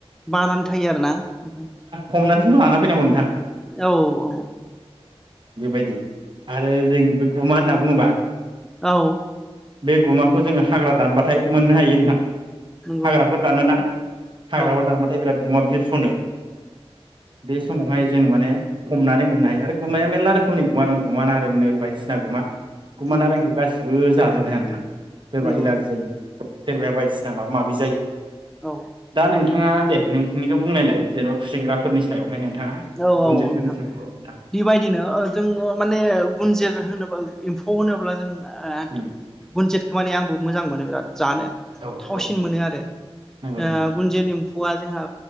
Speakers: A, in the centre; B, on the right.
A: बानानै थायो आरोना नोंथां।
B: हमनानैथ' लाना फैनांगौ नोंथां
A: औ औ।
B: बेबायदि आरो जों बे गुमा होनना बुङोबा
A: औ।
B: बे गुमाखौ जोङो हाग्रा दानबाथाय मोननो हायो नोंथां।
A: नंगौ
B: हाग्राफोर
A: नंगौ
B: दानोना हाग्राबो
A: औ
B: नाथाय बिराद गुमा बिरस'नो बे समावहाय जों माने हमनानै मोननो हायो आरो गुमाया मेरला रोखोमनि गुमा दं गुमा नारेंनो बायदिसिना गुमा गुमा
A: नंगौ
B: नारेंखौ
A: नंगौ
B: गासिबो जाजोब <unintelligible> नोंथां सोरबा
A: नंगौ
B: इलार्जि जायो। सोरबाया बायदिसिना माबा माबि जायो।
A: औ
B: दा नोंथां नोंथाङा दे नोंथांनिखौ बुंनायलाय जेनेबा खुसिंग्राफोरनि सायावहाय नोंथाङा
A: औ
B: गुनजेतफोरनि
A: औ औ नोंथां
B: सायाव औ नोंथां
A: बेबायदिनो ओ जोङो माने गुनजिर होनोबा एम्फौ होनोब्ला जों ओ
B: उम
A: गुनजेदखौ माने आंबो मोजां मोनो बिराद। जानो
B: औ
A: थावसिन
B: औ नोंथां
A: मोनो आरो
B: नंगौ
A: ओ
B: नंगौ
A: गुन्जित एम्फौआ जोंहा